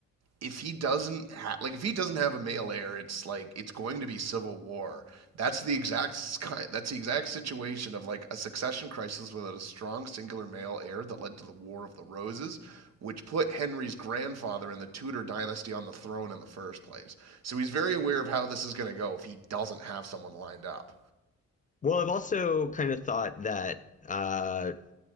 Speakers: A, on the right; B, on the left.
A: if he doesn't ha- like if he doesn't have a male heir, it's like it's going to be civil war. That's the exact sky- that's the exact situation of like a succession crisis without a strong singular male heir that led to the War of the Roses, which put Henry's grandfather in the Tudor dynasty on the throne in the first place. So he's very aware of how this is going to go if he doesn't have someone lined up.
B: Well, I've also kind of thought that uh,